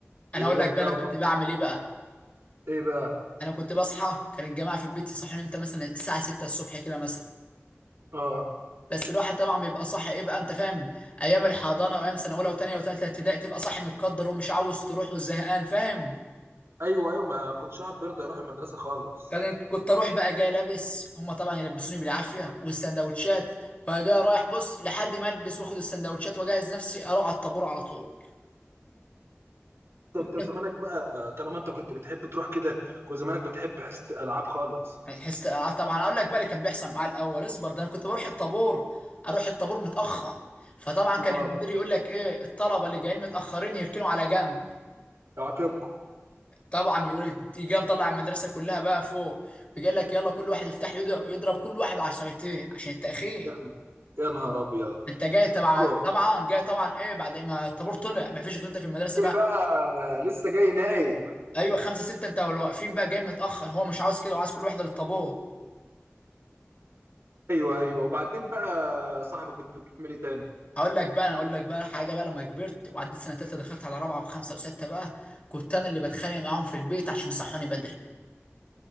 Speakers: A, on the right (about 70°); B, on the left (about 30°).
A: ويروح
B: انا اقول لك
A: بقى
B: بقى انا كنت
A: ومع
B: بعمل ايه بقى
A: ايه بقى
B: انا كنت بصحى كان الجماعه في البيت يصحوني امتى مثلا الساعه 6 الصبح كده مثلا
A: اه
B: بس الواحد طبعا بيبقى صاحي ايه بقى انت فاهم ايام الحضانه وايام سنه اولى وثانيه وثالثه ابتدائي تبقى صاحي متقدر ومش عاوز تروح وزهقان فاهم
A: ايوه ايوه ما كنتش واحد بيرضى يروح المدرسه خالص
B: كانت كنت اروح بقى جاي لابس هما طبعا يلبسوني بالعافيه والسندوتشات وجاي رايح بص لحد ما البس واخد السندوتشات واجهز نفسي اروح على الطابور على طول
A: ده
B: كنت-
A: انت زمانك بقى طالما انت كنت بتحب تروح كده كنت زمانك بتحب حصه الالعاب خالص
B: حس آه، طبعا اقول لك بقى اللي كان بيحصل معايا الاول اصبر ده انا كنت بروح الطابور اروح الطابور متاخر فطبعا كان
A: اه
B: المدير يقول لك ايه الطلبه اللي جايين متاخرين يركنوا على جنب
A: عاقبكم
B: طبعا يقول تيجي مطلع المدرسه كلها بقى فوق ويقول لك يلا كل واحد يفتح له ايده يضرب كل واحد عصايتين عشان التاخير
A: يا يا نهار ابيض
B: انت جاي
A: دوكو
B: تبع طبعا جاي طبعا ايه بعد ما الطابور طلع ما فيش غير انت في المدرسه
A: ايه
B: بقى
A: بقى لسه جاي نايم
B: ايوه خمسه سته انت واللي واقفين بقى جاي متاخر هو مش عاوز كده وعاوز كل واحده للطابور
A: ايوه ايوه وبعدين بقى يا صاحبي كنت بتعمل ايه تاني
B: اقول لك بقى انا اقول لك بقى حاجه بقى لما كبرت وعديت سنه تالته دخلت على رابعه وخمسه وسته بقى كنت انا اللي بتخانق معاهم في البيت عشان يصحوني بدري